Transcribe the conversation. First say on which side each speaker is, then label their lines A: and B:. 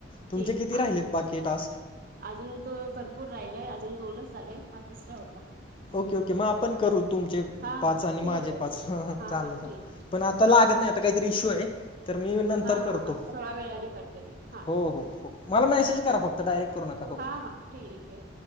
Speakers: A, on the left (about 25°); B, on the right (about 45°).
A: तुमचे
B: ठीक
A: किती
B: हा
A: राहिलेत बाकी टास्क?
B: अजून तर भरपूर राहिलय अजून दोनच झालेय हा तिसरा होता. हम्म
A: ओके
B: हम्म
A: ओके मग आपण करू तुमचे
B: हा
A: पाच
B: हा
A: आणि
B: ठीक
A: माझे
B: आहे
A: पाच ह ह
B: हा
A: चालेल.
B: हा ठीक आहे.
A: पण आता लागत
B: हा
A: नाही आता काहीतरी इशू आहे. तर मी नंतर
B: हा
A: करतो
B: हा हा थोडा वेळाने करते मी हा
A: हो हो हो मला मेसेज
B: चालेल
A: करा फक्त डायरेक्ट करू नका. हो.
B: हा ठीक अहे.